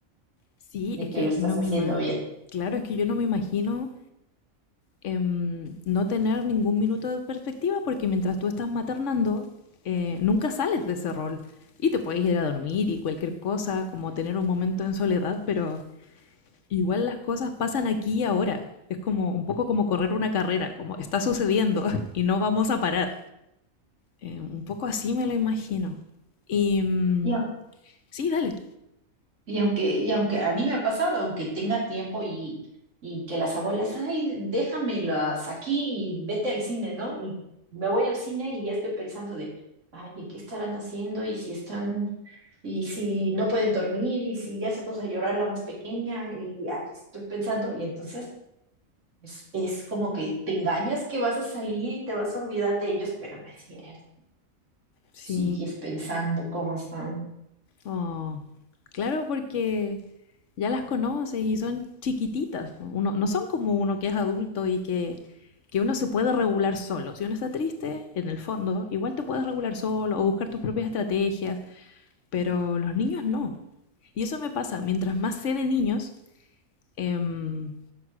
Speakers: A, on the left; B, on the right.
A: Sí,
B: de
A: es
B: que
A: que
B: lo estás
A: no me
B: haciendo
A: ima.
B: bien.
A: Claro, es que yo no me imagino em, no tener ningún minuto de perspectiva porque mientras tú estás maternando, eh, nunca sales de ese rol. Y te puedes ir a dormir y cualquier cosa, como tener un momento en soledad, pero Igual las cosas pasan aquí y ahora. Es como un poco como correr una carrera, como está sucediendo <laughs> y no vamos a parar. Eh, un poco así me lo imagino. Y mm,
B: Y, au-
A: sí, dale.
B: y aunque, y aunque a mí me ha pasado, aunque tenga tiempo y, y que las abuelas, ay, déjamelas aquí y vete al cine, ¿no? Y me voy al cine y ya estoy pensando de, ay, ¿y qué estarán haciendo? Y si están, y si no pueden dormir, y si ya se puso a llorar la más pequeña, y ay, estoy pensando, y entonces es, es como que te engañas que vas a salir y te vas a olvidar de ellos, pero no es cierto.
A: sí
B: Sigues pensando cómo están
A: Oh, claro, porque ya las conoces y son chiquititas. Uno, no son como uno que es adulto y que, que uno se puede regular solo. Si uno está triste, en el fondo, igual te puedes regular solo o buscar tus propias estrategias, pero los niños no. Y eso me pasa, mientras más sé de niños, em,